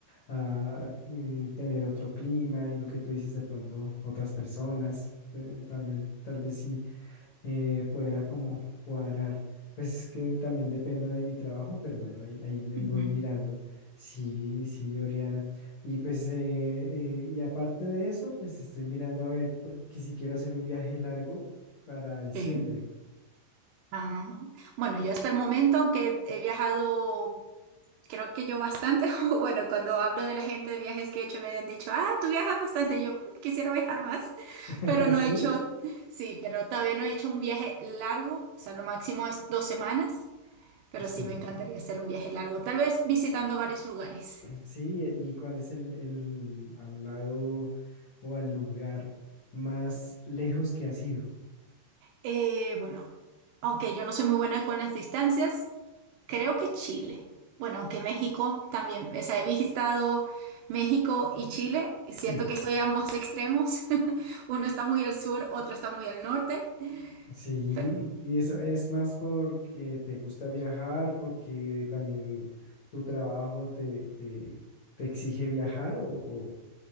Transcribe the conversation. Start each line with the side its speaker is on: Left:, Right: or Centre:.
Left: ah, eh, tener otro clima y lo que tú dices de pronto otras personas, eh, tal vez, tal vez sí eh, pueda como cuadrar. Pues es que también dependo de mi trabajo, pero bueno, ahí, ahí, ahí
Right: Ujú,
Left: voy mirando. Sí, sí, Oriana. Y pues, eh, eh, y aparte de eso, pues estoy mirando a ver, porque si quiero hacer un viaje largo para diciembre.
Right: sí. Ah, bueno, yo hasta el momento, aunque he viajado creo que yo bastante, <laughs> o bueno, cuando hablo de la gente de viajes que he hecho, me han dicho, ah, tú viajas bastante, y yo "Mm, quisiera viajar más, <laughs>
Left: <laughs>
Right: pero no
Left: ¿Sí?
Right: he hecho, sí, pero todavía no he hecho un viaje largo, o sea, lo máximo es dos semanas, pero
Left: Sí,
Right: sí me encantaría hacer un viaje largo, tal vez visitando varios lugares.
Left: sí. eh, ¿Y cuál es el, el al lado o al lugar más lejos que ha sido?
Right: Eh, bueno, aunque yo no soy muy buena con las distancias, Creo que Chile. Bueno, aunque México también, o sea, he visitado México y Chile. Siento
Left: Sí.
Right: que estoy a ambos extremos. <laughs> Uno está muy al sur, otro está muy al norte.
Left: Sí,
Right: Pero
Left: y eso es más porque te gusta viajar, porque también tu trabajo te, te, te exige viajar o, o,